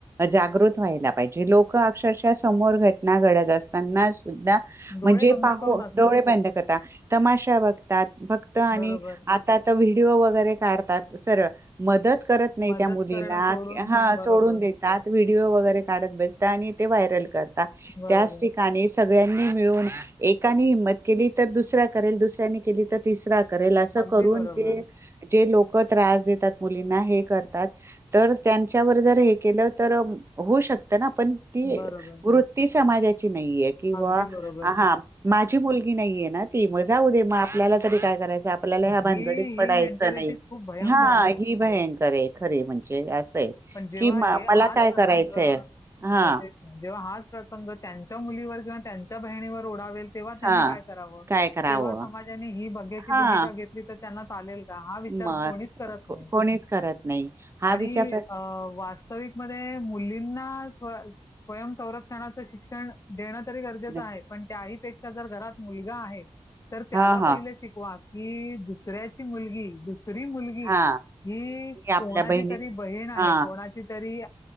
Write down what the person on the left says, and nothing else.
डोळे
बंद
करून असतात
बरोबर
मदत
करणं सोडून
बरोबर
बरोबर
अगदी
बरोबर
बरोबर
अगदी बरोबर
ही
ही मेंटॅलिटी
खूप भयंकर
आहे
पण जेव्हा
हे हाच
प्रसंग
होते जेव्हा हाच प्रसंग त्यांच्या मुलीवर किंवा त्यांच्या बहिणीवर ओढवलेला तेव्हा त्यांनी
काय करावं
तेव्हा समाजाने ही बघ्याची
भूमिका घेतली तर त्यांना चालेल का हा विचार
कोणीच करत
नाही
आणि
वास्तविक मध्ये मुलींना स्वयं संरक्षणाचं शिक्षण देणं तरी गरजेचं
आहे पण त्या ही पेक्षा जर घरात मुलगा आहेत तर त्याला
पहिलं
शिकवा की दुसऱ्याची मुलगी दुसरी मुलगी
ही
कोणाची
तरी बहीण आहे
कोणा तरी